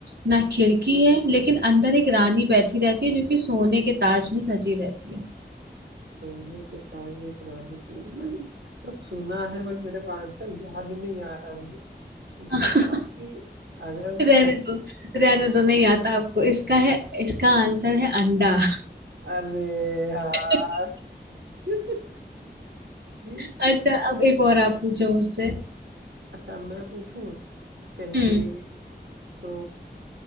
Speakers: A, on the right (about 65°); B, on the right (about 85°).
A: ना खिड़की है लेकिन अंदर एक रानी बैठी रहती है जो कि सोने के ताज में सजी रहती है
B: सोने के ताज में एक रानी थी मैंने तो सुना है बट मेरे को आंसर याद नहीं आ रहा अभी इसलिए
A: <laughs>
B: काफी अगर
A: रहने दो रहने दो नहीं आता आपको इसका है इसका आंसर है अंडा
B: अरे यार
A: <laughs>
B: <laughs> ये
A: अच्छा अब एक और आप पूछो मुझसे
B: अच्छा मैं पूछूं चलिए
A: हम्म
B: तो